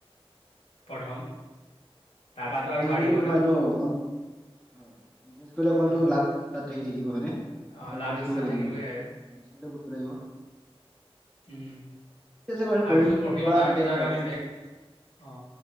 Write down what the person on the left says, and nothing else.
প্ৰথম। তাৰপাতো
আৰু বাঢ়িব
না
অ',
অ',
লাভ
লোকচান
থাকিবই আৰু
উম,
আৰু
জোৰ পৰিব
তাৰপিছত
আৰু
আমি বেলেগ অ'।